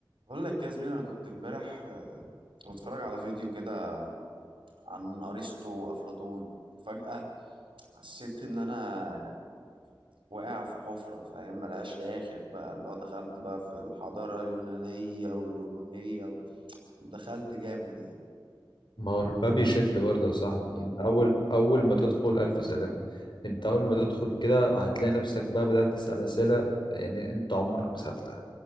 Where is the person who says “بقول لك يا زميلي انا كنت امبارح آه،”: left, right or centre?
Right